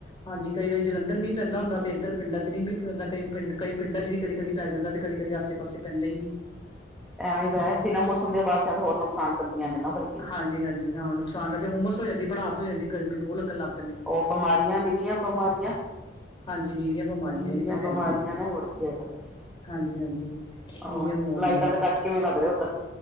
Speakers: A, on the left; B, in the centre.
A: ਹਾਂਜੀ ਕਈ ਵਾਰੀ ਜਲੰਧਰ ਮੀ ਪੈਂਦਾ ਹੁੰਦਾ, ਤੇ ਇਧਰ ਪਿਡਾਂ ਚ ਨੀ ਵੀ ਪੈਂਦਾ। ਕਈ ਪਿੰਡ ਕਈ ਪਿੰਡਾਂ ਚ ਵੀ ਕਦੀ-ਕਦੀ ਪੈ ਜਾਂਦਾ, ਤੇ ਕਦੀ-ਕਦੀ ਆਸੇ ਪਾਸੇ ਪੈਂਦਾ ਈ ਨਹੀਂ।
B: ਐਵੇਂ ਤਾਂ ਹੈ, ਬਿਨਾਂ ਮੌਸਮ ਦੀਆਂ ਬਾਰਿਸ਼ਾਂ ਹੋਰ ਨੁਕਸਾਨ ਕਰਦੀਆਂ ਨੇ ਨਾ ਬਲਕਿ।
A: ਹਾਂਜੀ-ਹਾਂਜੀ ਹਾਂ। ਨੁਕਸਾਨ <unintelligible> ਕਰਕੇ ਹੋਮਸ ਹੋ ਜਾਂਦੀ ਏ, ਭੜਾਸ ਹੋ ਜਾਂਦੀਏ। ਗਰਮੀ ਬੋਤ ਲੱਗਨ ਲੱਗ ਪੈਂਦੀ ਏ।
B: ਉਹ ਬਿਮਾਰੀਆਂ ਨਿਰੀਆਂ ਬਿਮਾਰੀਆਂ।
A: ਹਾਂਜੀ ਨੀਰੀਆਂ ਬਿਮਾਰੀਆਂ
B: ਨੀਰੀਆਂ
A: ਇਹ ਤਾਂ ਹੈ
B: ਬਿਮਾਰੀਆਂ
A: ਹੀ ਹੈ
B: ਨੇ ਹੋਰ ਕੀ ਹੈਗਾ ਏ।
A: ਹਾਂਜੀ-ਹਾਂਜੀ ਨੀਰੀਆਂ
B: ਹੋਰ
A: ਬਿਮਾਰੀਆਂ
B: ਲਾਈਟਾਂ ਦਾ ਕੱਟ ਕਿਵੇਂ ਲੱਗ ਰਿਹਾ ਉੱਧਰ?